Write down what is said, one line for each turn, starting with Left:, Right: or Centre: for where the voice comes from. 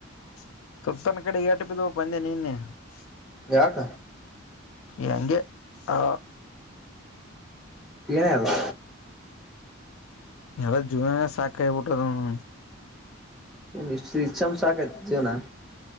Left: <inaudible>
Centre: ಯಾಕ
Left: ಹಂಗೆ ಆ
Centre: ಎಫ್
Left: ಯಾವ ಜೀವನಾನೆ ಸಾಗಾಡ್ಬಿಟ್ಟಿದ್ದೇನೋ
Centre: ಇಷ್ಟು ಬೇಗ ಸಾಕಾಯ್ತು ಜೀವನ